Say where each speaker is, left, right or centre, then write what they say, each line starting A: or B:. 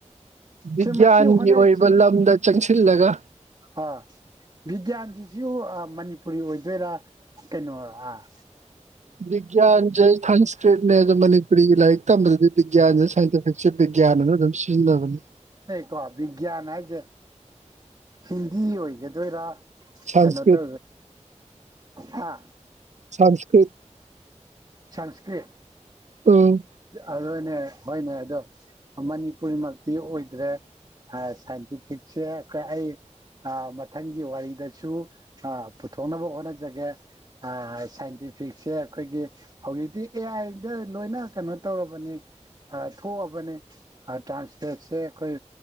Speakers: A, on the right; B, on the right.
A: ꯕꯤꯒ꯭ꯌꯥꯟꯒꯤ
B: ꯁꯤ ꯃꯁꯤ ꯍꯣꯠꯅꯔꯤꯁꯤ
A: ꯑꯣꯏꯕ ꯂꯝꯗ ꯆꯪꯁꯤꯜꯂꯒ
B: ꯑꯥ ꯕꯤꯒ꯭ꯌꯥꯟꯁꯤꯁꯨ ꯃꯅꯤꯄꯨꯔꯤ ꯑꯣꯏꯗꯣꯏꯔꯥ ꯀꯩꯅꯣ ꯑꯥ
A: ꯕꯤꯒ꯭ꯌꯥꯥꯟ ꯁꯦ ꯁꯪꯁꯀ꯭ꯔꯤꯠꯅꯦ ꯑꯗꯨ ꯃꯅꯤꯄꯨꯔꯤꯒꯤ ꯂꯥꯏꯔꯤꯛ ꯇꯝꯕꯗꯗꯤ ꯕꯤ꯭ꯒꯌꯥꯟꯁꯦ ꯁꯥꯏꯟꯇꯤꯐꯤꯛꯁꯦ ꯕꯤꯒ꯭ꯌꯥꯟꯅ ꯑꯗꯨꯝ ꯁꯤꯖꯤꯟꯅꯕꯅꯤ
B: ꯀꯣ ꯕꯤꯒ꯭ꯌꯥꯟ ꯍꯥꯏꯖꯦ ꯍꯤꯟꯗꯤ ꯑꯣꯏꯒꯗꯣꯏꯔꯥ
A: ꯁꯪꯁꯀ꯭ꯔꯤꯠ
B: ꯀꯩꯅꯣꯗ ꯍꯥ
A: ꯁꯪꯁꯀ꯭ꯔꯤꯠ
B: ꯁꯪꯁꯀ꯭ꯔꯤꯠ
A: ꯎꯝ
B: ꯑꯗꯨꯅꯦ ꯍꯣꯏꯅꯦ ꯑꯗꯣ ꯃꯅꯤꯄꯨꯔꯤꯃꯛꯇꯤ ꯑꯣꯏꯗ꯭ꯔꯦ <unintelligible> ꯁꯥꯏꯟꯇꯤꯐꯤꯛꯁꯦ ꯑꯩ ꯑꯥ ꯃꯊꯪꯒꯤ ꯋꯥꯔꯤꯗꯁꯨ ꯑꯥ ꯄꯨ ꯊꯣꯛꯅꯕ ꯍꯣꯠꯅꯖꯒꯦ ꯑꯥ ꯁꯥꯏꯟꯇꯤꯐꯤꯛꯁꯦ ꯈꯣꯏꯒꯤ ꯍꯧꯖꯤꯛꯇꯤ ꯑꯦ ꯑꯥꯏꯗ ꯂꯣꯏꯅ ꯀꯩꯅꯣ ꯇꯧꯔꯕꯅꯤ ꯑꯥ ꯊꯣꯛꯑꯕꯅꯤ ꯑꯥ ꯇ꯭ꯔꯥꯟꯁꯂꯦꯠꯁꯦ ꯈꯣꯏ